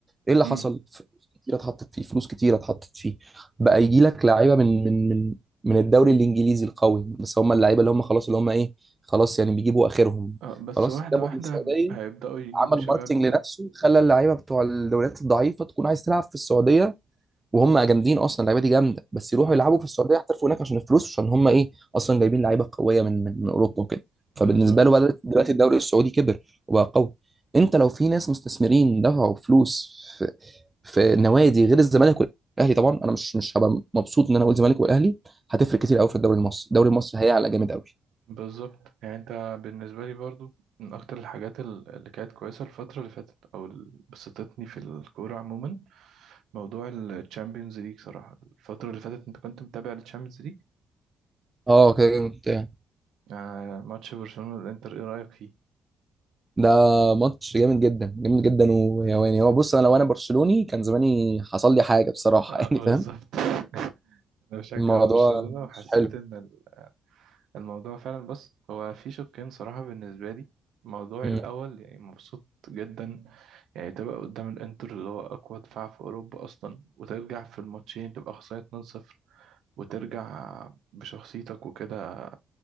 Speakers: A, on the right (about 20°); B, on the right (about 75°).
A: ايه اللي
B: امم
A: حصل ف- كتير اتحطت فيه فلوس كتير اتحطت فيه بقى يجي لك لعيبه من من من من الدوري الانجليزي القوي بس هم اللعيبه اللي هم خلاص اللي هم ايه خلاص يعني بيجيبوا اخرهم
B: آه بس
A: خلاص
B: واحده
A: جابهم
B: واحده
A: من السعوديه
B: هيبداوا يجيبوا
A: عمل
B: شباب
A: ماركتنج
B: وكده
A: لنفسه خلى اللعيبه بتوع الدوريات الضعيفه تكون عايز تلعب في السعوديه وهم جامدين اصلا اللعيبه دي جامده بس يروحوا
B: امم
A: يلعبوا في السعوديه يحترفوا هناك عشان الفلوس عشان هم ايه اصلا جايبين لعيبه قويه من من من اوروبا وكده فبالنسبه
B: بالظبط
A: له بدأت دلوقتي الدوري السعودي كبر وبقى قوي انت لو في ناس مستثمرين دفعوا فلوس في في نوادي غير الزمالك والاهلي طبعا انا مش مش هبقى مبسوط ان انا اقول الزمالك والاهلي هتفرق كتير قوي في الدوري المصري الدوري المصري هيعلى جامد قوي
B: بالظبط يعني انت بالنسبه لي برضو من اكتر الحاجات ال- اللي كانت كويسه الفتره اللي فاتت او اللي بسطتني في الكوره عموما موضوع الشامبيونز ليج صراحه الفتره اللي فاتت انت كنت متابع الشامبيونز ليج
A: اه كده جامد
B: آه ماتش برشلونه والانتر ايه رايك فيه
A: ده ماتش جامد جدا جامد جدا ويواني هو بص انا لو انا برشلوني كان زماني حصل لي حاجه بصراحه
B: آه
A: <laughs> يعني
B: بالظبط
A: فاهم
B: <laughs> انا بشجع
A: الموضوع
B: برشلونه وحسيت
A: مش حلو
B: ان الموضوع فعلا بص هو في شقين صراحة بالنسبة لي الموضوع
A: مم.
B: الأول يعني مبسوط جدا يعني تبقى قدام الإنتر اللي هو أقوى دفاع في أوروبا أصلا وترجع في الماتشين تبقى خسران 2-0 وترجع بشخصيتك وكده